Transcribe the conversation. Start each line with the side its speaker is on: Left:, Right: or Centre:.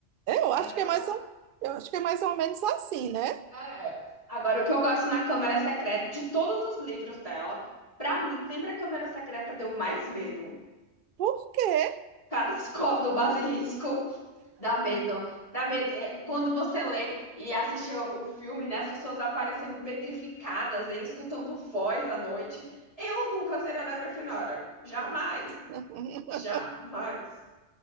Right: Eu
Left: Agora
Right: acho que é
Left: eu
Right: mais
Left: gosto.
Right: ou, eu acho que é mais ou menos assim, né?
Left: É. Agora, o que eu gosto na Câmara Secreta, de todos os livros dela, pra mim, sempre a Câmara Secreta deu mais medo.
Right: Por quê?
Left: Cadascó <laughs> do Basilisco dá medo. Dá medo. É, Quando você lê e assiste o o filme, né, as pessoas aparecendo petrificadas, ele escutando voz à noite. Eu nunca seria da Grifinória. Jamais.
Right: <laughs>
Left: Jamais.